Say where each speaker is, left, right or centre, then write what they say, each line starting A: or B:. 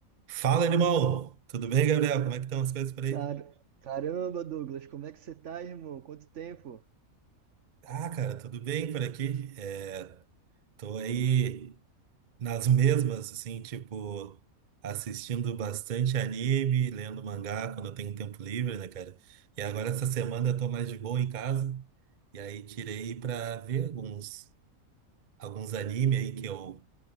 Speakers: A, on the right (about 40°); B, on the right (about 60°).
A: Fala, irmão! Tudo bem, Gabriel? Como é que estão as coisas por
B: Car...
A: aí?
B: Caramba, Douglas, como é que você tá, irmão? Quanto tempo?
A: Ah, cara, tudo bem por aqui. É, tô aí nas mesmas, assim, tipo, assistindo bastante anime, lendo mangá quando eu tenho tempo livre, né, cara? E agora essa semana eu tô mais de boa em casa, e aí tirei pra ver alguns, alguns anime aí que eu